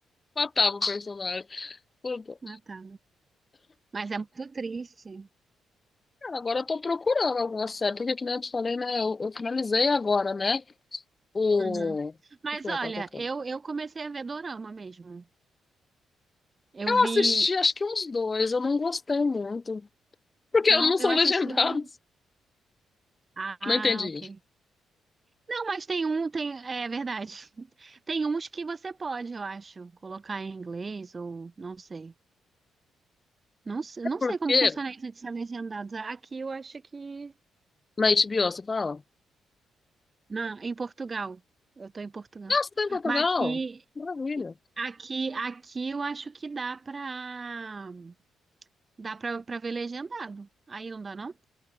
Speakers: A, on the left; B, on the right.
A: Matava o personagem. Puta.
B: Ah, tá. Mas é muito triste.
A: Cara, agora eu tô procurando alguma série, porque que nem eu te falei, né? Eu, eu finalizei agora, né? O.
B: Uhum. Mas
A: O que eu
B: olha,
A: tava tocando?
B: eu, eu comecei a ver dorama mesmo. Eu
A: Eu
B: vi.
A: assisti acho que uns dois, eu não gostei muito. Porque
B: Não,
A: não são
B: eu assisti
A: legendados.
B: um. Ah,
A: Não entendi.
B: ok. Não, mas tem um, tem. É verdade. <laughs> Tem uns que você pode, eu acho, colocar em inglês ou não sei. Não, se- não
A: É porque
B: sei como funciona isso de ser legendados. Aqui eu acho que
A: na HBO você fala,
B: Não, em Portugal. Eu tô em Portugal.
A: nossa, tá em Portugal?
B: Mas aqui,
A: Maravilha.
B: aqui, aqui eu acho que dá pra, dá pra, pra ver legendado. Aí não dá, não?